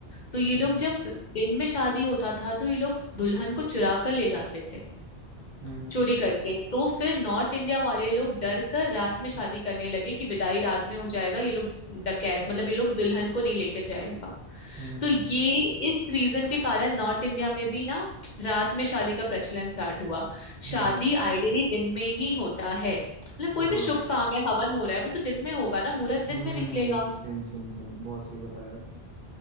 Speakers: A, on the left (about 45°); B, on the right (about 60°).
A: तो ये
B: हम्म
A: लोग जब दिन में शादी होता था तो ये लोग दुल्हन को चुरा कर ले जाते थे
B: हम्म
A: चोरी करके तो फिर नॉर्थ इंडिया वाले लोग डर कर रात में शादी करने लगे कि विदाई रात में हो जाएगा ये लोग डकैत मतलब ये लोग दुल्हन को नहीं लेके जाएगा
B: हम्म
A: तो ये इस रीजन के कारण नॉर्थ इंडिया में भी ना रात में शादी का प्रचलन स्टार्ट हुआ शादी
B: हम्म
A: आइडियली दिन में ही होता है मतलब कोई
B: हाँ
A: भी शुभ काम है हवन हो रहा है वो तो दिन में होगा ना मुहूर्त
B: हम्म
A: दिन में निकलेगा
B: हम्म सेम सेम सेम बहुत सही बताया आपने